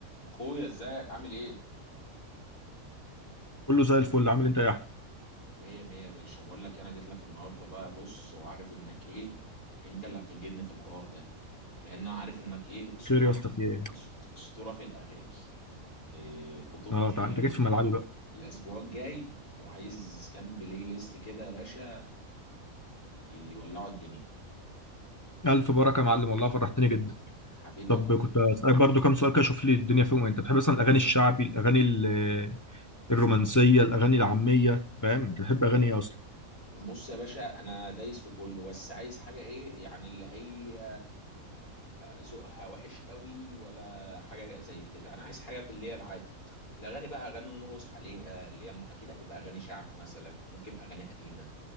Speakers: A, on the left; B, on the left.
A: اخويا ازيك عامل ايه
B: كله زي الفل عامل إيه انت يا احمد
A: مية مية يا باشا بقول لك انا جيت لك النهارده بقى بص وعارف انك ايه انت اللي هتنجدني في الحوار ده لان أنا عارف انك ايه اسطوره
B: خير يا اسطى
A: في ال-
B: في ايه
A: أس- اسطوره في الاغاني إيه خطوبتي
B: اه تع... انت جيت في ملعبي بقى
A: الاسبوع الجاي وعايز كام بلاي ليست كده يا باشا يولعوا الدنيا
B: الف بركه يا معلم والله فرحتني جدا
A: حبيبي
B: طب
A: يا اخويا
B: كنت اسالك برضو كام سؤال كده اشوف لي الدنيا فيهم ايه. انت بتحب مثلا الاغاني الشعبي الاغاني ال- الرومانسيه الاغاني العاميه فاهم انت بتحب اغاني ايه اصلا
A: بص يا باشا انا دايس في كله بس عايز حاجه ايه يعني اللي هي ذوقها وحش قوي ولا حاجه زي كده انا عايز حاجه في اللي هي العادي الاغاني بقى اغاني نرقص عليها اللي هي م- اكيد هتبقى اغاني شعبي مثلا ممكن اغاني قديمه